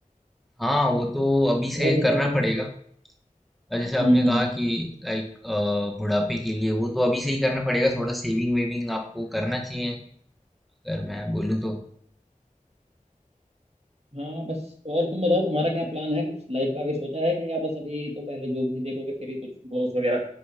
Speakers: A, in the centre; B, on the right (about 45°).
A: हाँ वो तो अभी से
B: और बताओ
A: करना
B: तुम
A: पड़ेगा और जैसे आपने
B: हम्म
A: कहा
B: हम्म
A: कि लाइक बुढ़ापे के लिए वो तो अभी से ही करना पड़ेगा थोड़ा सेविंग वेविंग आपको करना चाहिए अगर मैं बोलूँ तो
B: हाँ बस और तुम बताओ तुम्हारा क्या प्लान है कुछ लाइफ का भी सोचा है कि या बस अभी तो पहले जो भी देखोगे फिर ही कुछ गोल्स वगैरह